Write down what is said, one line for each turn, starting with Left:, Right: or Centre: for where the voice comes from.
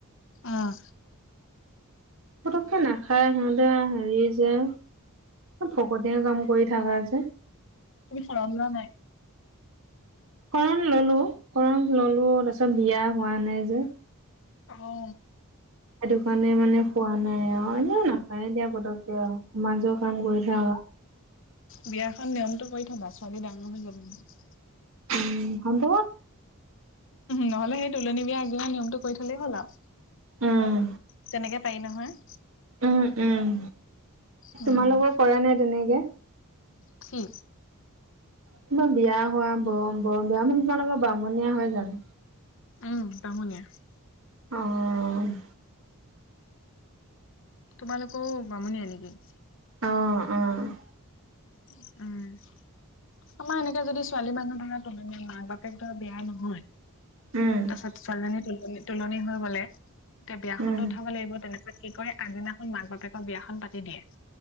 Left: আহ।
Right: পতককে নাখায় সিহঁতে হেৰি যে ফকতিয়া কাম কৰি থাকা যে।
Left: তুমি শৰণ লোৱা নাই?
Right: শৰণ ল'লো শৰণ ললো তাৰপিছত বিয়া হোৱা নাই যে।
Left: অ'হ।
Right: সেইটো কাৰণে মানে হোৱা নাই আৰু এনেও নাখায়ে দিয়া পতককে সমাজৰ কাম কৰি থাকা
Left: বিয়াখন নিয়মটো কৰি থবা ছোৱালী ডাঙৰ হৈ যাব নহ'লে।
Right: উম হ'ব।
Left: নহলে সেই তুলনী বিয়া আগদিনা নিয়মটো কৰি থলেই হ'ল আৰু।
Right: উম
Left: তেনেকে পাৰি নহয়।
Right: উম উম,
Left: উম
Right: তোমালোকৰ কৰে নে তেনেকে?
Left: কি?
Right: তোমাৰ বিয়া হোৱা ব বৰ বিয়া মানে তোমাৰালোকৰ বামণীয়া হৈ জাম।
Left: উম! বামুনীয়া। <unintelligible>
Right: অঁ! <inaudible>
Left: তোমালোকও বামুণীয়া নেকি? <unintelligible>
Right: অঁ-অঁ! <inaudible>
Left: <inaudible> উম! আমাৰ এনেকা যদি ছোৱালী মানুহ ধৰা তুলনীয়া মাক-বাপেক ধৰা বিয়া নহয় <unintelligible>
Right: উম! <unintelligible>
Left: <inaudible> ত ছোৱালীজনী তোলনি-তোলনি হৈ গ'লে এতিয়া বিয়াখনতো
Right: উম
Left: উঠাব লাগিব। তেনেকুৱাত কি কৰে আগদিনাখন মাক-বাপেকৰ বিয়াখন পাতি দিয়ে। <inaudible>